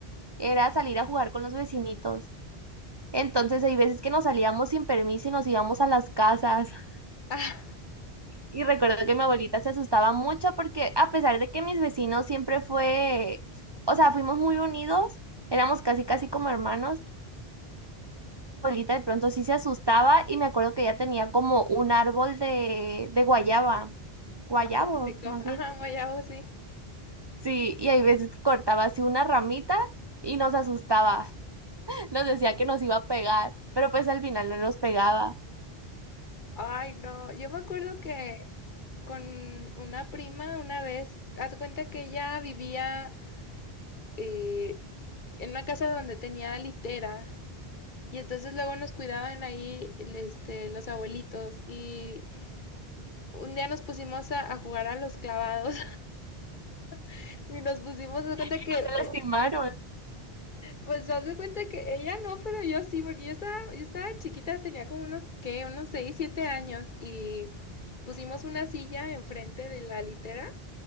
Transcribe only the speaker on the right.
era salir a jugar con los vecinitos. Entonces hay veces que nos salíamos sin permiso y nos íbamos a las casas. <laughs>
Y recuerdo que mi abuelita se asustaba mucho porque a pesar de que mis vecinos siempre fue, o sea, fuimos muy unidos, éramos casi casi como hermanos. abuelita de pronto sí se asustaba y me acuerdo que ella tenía como un árbol de, de guayaba, guayabo
más
bien.
Sí, y hay veces que cortaba así una ramita y nos asustaba, <laughs> nos decía que nos iba a pegar, pero pues al final no nos pegaba,
y
no
se lastimaron. <laughs>